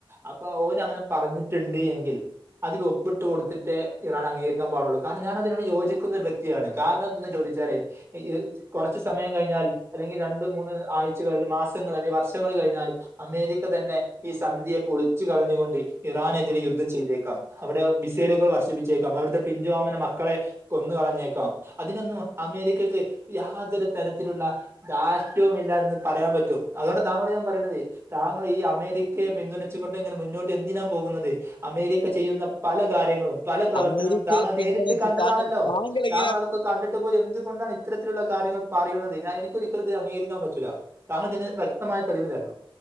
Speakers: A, on the right (about 30°); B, on the left (about 60°).
A: അപ്പൊ ഓന് അങ്ങനെ പറഞ്ഞിട്ട്ണ്ട് എങ്കിൽ അതിൽ ഒപ്പിട്ട് കൊടുത്തിട്ടേ ഇറാൻ അംഗീകരിക്കാ പാടൊള്ളൂ കാരണം ഞാനതിനോട് യോജിക്കുന്നൊരു വ്യക്തിയാണ് കാരണം എന്തെന്ന് ചോദിച്ചാലേ കുറച്ച് സമയം കഴിഞ്ഞാൽ അല്ലെങ്കിൽ രണ്ട് മൂന്ന് ആഴ് ച്ചകൾ മാസങ്ങൾ അല്ലെ വർഷങ്ങള് കഴിഞ്ഞാല് അമേരിക്ക തന്നെ ഈ സന്ധ്യയെ പൊളിച്ച് കളഞ്ഞ് കൊണ്ട് ഇറാാനെതിരെ യുദ്ധം ചെയ്തേക്കാം അവിടെ ബിസൈലുകൾ വർഷിപ്പിച്ചേക്കാം അവിടുത്തെ പിഞ്ചോമന മക്കളെ കൊന്ന് കളഞ്ഞേക്കാ അതിനൊന്നും അമേരിക്കക്ക് യാതൊരു തരത്തിലുള്ള ടാഷ്ട്യവുഇല്ല എന്ന് പറയാൻ പറ്റും അതുകൊണ്ട് താങ്കളോട് ഞാൻ പറയണത് താങ്കൾ ഈ അമേരിക്കയെപിന്തുണച്ചുകൊണ്ട് ഇങ്ങനെ മുന്നോട്ട് എന്തിനാ പോകുന്നത് അമേരിക്ക ചെയ്യുന്ന പല കാര്യങ്ങളും പല പ്രവർത്തനങ്ങളും
B: അമേരിക്കയെ
A: താങ്ങൾ
B: പിന്തുണച്ച്
A: നേരിട്ട് കണ്ടതാണല്ലോ
B: താങ്കൾ താങ്കൾ
A: താങ്കളതൊക്കെ
B: ഇങ്ങനെ
A: കണ്ടിട്ട്പ്പോ എന്ത്‌കൊണ്ടാണ് ഇ ഇത്തരത്തിലുള്ള കാര്യങ്ങൾ പറയുന്നത് ഞാന് എനിക്ക്ഒരിക്കലുംഇത് അംഗീകരിക്കാൻ പറ്റില്ല താങ്കൾ ഇതിന് വ്യക്തമായ തെളിവ് തരണം